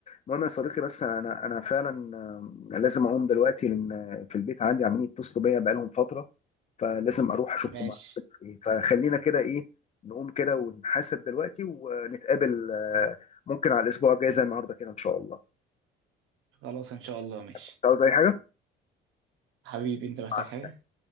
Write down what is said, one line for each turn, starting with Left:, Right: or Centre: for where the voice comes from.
Left: المهم يا صديقي بس انا انا أنا فعلا آه، لازم اقوم دلوقتي لان في البيت عندي عمالين يتصلوا بيا بقالهم فتره فلازم اروح اشوفهم
Right: ماشي
Left: عملوا إيه. فخلينا كده ايه نقوم كده ونحاسب دلوقتي ونتقابل آه، ممكن على الاسبوع الجاي زي النهارده كده ان شاء الله
Right: خلاص ان شاء الله ماشي
Left: مش عاوز اي حاجه
Right: حبيبي انت محتاج
Left: مع السلامه
Right: حاجه